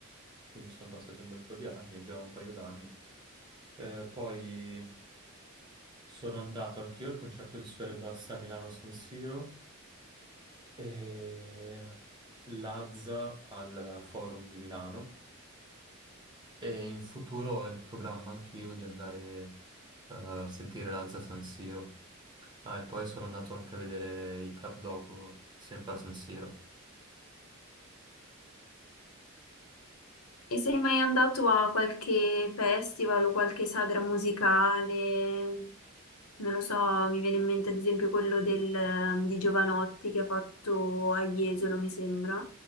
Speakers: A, on the right; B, on the left.
A: quindi sono passati un bel po' di anni, già un paio d'anni. Eh, poi sono andato anch'io al concerto di Sfera Ebbasta a Milano San Siro e Lazza al Forum di Milano e in futuro ho il programma anch'io di andare eh, a sentire Lazza San Siro. Ah, e poi sono andato anche a vedere i Club Dogo, sempre a San Siro.
B: E sei mai andato a qualche festival o qualche sagra musicale? Non lo so, mi viene in mente ad esempio quello del, ehm, di Giovanotti che ha fatto a Jesolo, mi sembra.